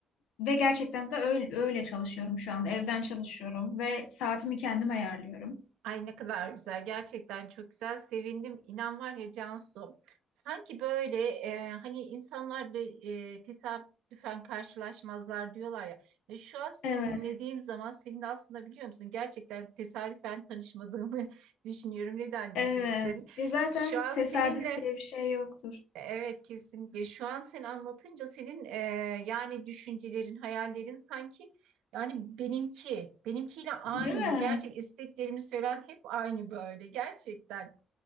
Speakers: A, on the left; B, on the right.
A: ve gerçekten de öyle, öyle çalışıyorum şu anda. Evden çalışıyorum ve saatimi kendim ayarlıyorum.
B: Ay ne kadar güzel. Gerçekten çok güzel. Sevindim. İnan var ya Cansu. Sanki böyle e, hani insanlar bile e, tesadüfen karşılaşmazlar diyorlar ya. E, şu an seni
A: Evet,
B: dinlediğim zaman senin de aslında biliyor musun gerçekten tesadüfen tanışmadığımı <laughs> düşünüyorum. Neden
A: evet.
B: diyeceksin?
A: Ya zaten
B: Şu an
A: tesadüf
B: seninle
A: diye bir şey yoktur.
B: Evet kesinlikle. Şu an sen anlatınca senin e, yani düşüncelerin, hayallerin sanki yani benimki, benimkiyle aynı.
A: Değil mi?
B: Gerçek isteklerimiz falan hep aynı böyle gerçekten.